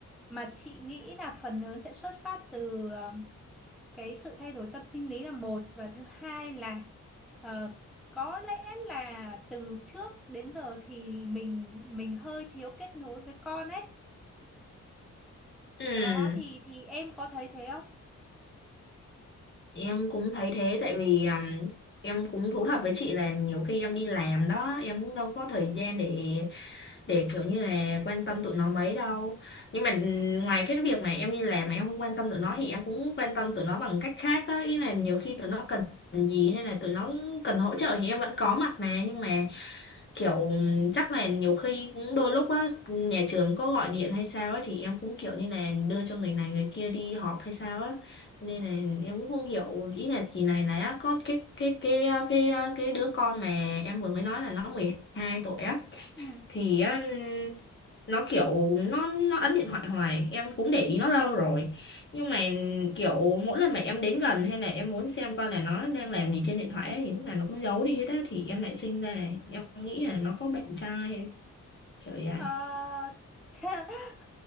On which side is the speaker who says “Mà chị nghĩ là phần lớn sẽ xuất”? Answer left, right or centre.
Centre